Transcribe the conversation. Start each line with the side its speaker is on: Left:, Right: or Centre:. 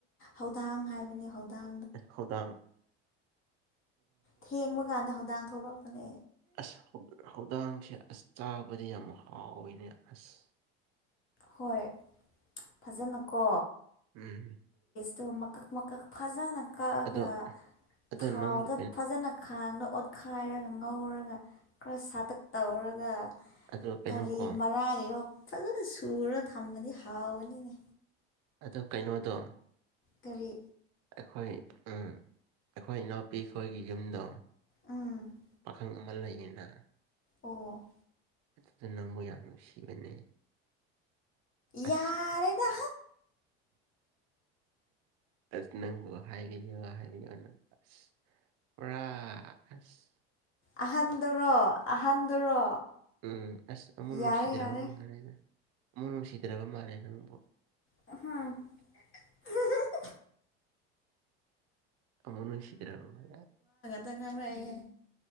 Left: ꯍꯧꯧꯗꯥꯡ ꯍꯥꯏꯕꯅꯤ ꯍꯧꯗꯥꯡ
Right: ꯍꯗꯥ
Left: ꯊꯦꯡꯕ ꯀꯥꯟꯗ ꯍꯧꯗꯥꯡ ꯊꯣꯛꯂꯛꯄꯅꯦ
Right: ꯑꯁ ꯍꯧꯗꯥꯡꯁꯦ ꯑꯁ ꯆꯥꯕꯗ ꯌꯥꯝ ꯍꯥꯎꯋꯦꯅꯦ ꯑꯁ
Left: ꯍꯣꯏ ꯐꯖꯅꯀꯣ
Right: ꯎꯝꯝ
Left: ꯇꯣꯃꯀ ꯃꯀꯛ ꯐꯖꯅ ꯀꯛꯑꯒ
Right: ꯑꯗꯣ ꯑꯗꯣ
Left: ꯊꯥꯎꯗ
Right: ꯅꯪꯕꯨ
Left: ꯐꯖꯅ ꯈꯥꯡꯅ ꯑꯣꯠꯈ ꯍꯥꯏꯥꯏꯔꯒ ꯉꯧꯔꯒ ꯈꯔ ꯁꯥꯇꯛ ꯇꯧꯔꯒ
Right: ꯑꯗꯣ ꯀꯩꯅꯣꯀꯣ
Left: ꯀꯔꯤ ꯃꯔꯥꯡꯅꯤꯔꯣ ꯐꯖꯅ ꯁꯨꯔ ꯊꯝꯕꯗꯤ ꯍꯥꯎꯕꯅꯤꯅꯦ
Right: ꯑꯗꯣ ꯀꯩꯅꯣꯗꯣ
Left: ꯀꯔꯤ
Right: ꯑꯩꯈꯣꯏ ꯑꯩꯈꯣꯏ ꯏꯅꯥꯎꯄꯤꯈꯣꯏꯒꯤ ꯌꯨꯝꯗꯣ
Left: ꯎꯝ
Right: ꯄꯥꯈꯪ ꯀꯃꯅ ꯂꯩꯟꯅ
Left: ꯑꯣ
Right: ꯑꯗꯨꯗ ꯅꯪꯕꯨ ꯌꯥꯝ ꯅꯨꯡꯁꯤꯕꯅꯦ ꯑꯁ
Left: ꯌꯥꯔꯦꯅ
Right: ꯑꯁ ꯅꯪꯕꯨ ꯍꯥꯏꯔꯤꯌꯣ ꯍꯥꯏꯔꯤꯌꯣ ꯅꯪ ꯑꯁ ꯄꯨ <inaudible> <unintelligible>
Left: ꯑꯍꯟꯗꯨꯔꯣ ꯑꯍꯟꯗꯨꯔꯣ
Right: ꯎꯝ ꯑꯁ ꯑꯃꯨꯛ ꯅꯨꯡꯁꯤꯗ꯭ꯔꯕ
Left: ꯌꯥꯔꯦ ꯌꯥꯔꯦ
Right: ꯃꯥꯜꯂꯦꯗ ꯑꯃꯨꯛ ꯅꯨꯡꯁꯤꯗ꯭ꯔꯕ ꯃꯥꯜꯂꯦ ꯅꯪꯕꯨ
Left: ꯑ <unintelligible> <inaudible>
Right: ꯃꯅ ꯍꯁꯤꯗꯔ
Left: ꯀꯑꯦꯝ